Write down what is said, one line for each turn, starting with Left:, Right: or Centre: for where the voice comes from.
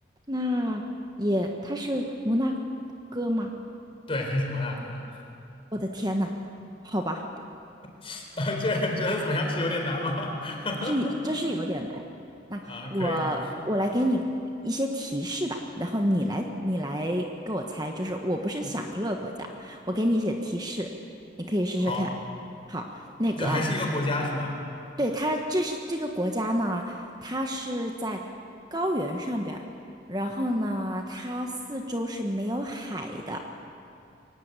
Right: 那也，它是摩纳哥吗？
Left: 对，它是摩纳哥，
Right: 我的天呐，好吧。
Left: <laughs> 啊这你觉得怎么样？是有点难吗？<laughs>
Right: 是，这是有点难。那我我来给你一些提示吧，
Left: 啊，可以，
Right: 然后你来你来给我猜，就是我不是想一个国家，
Left: 嗯，
Right: 我给你一些提示，你可以试试看。
Left: 好。
Right: 好，那个，
Left: 就还是一个国家是吗？
Right: 对，它这是这个国家呢，它是在高原上边儿然后呢，它四周是没有海的，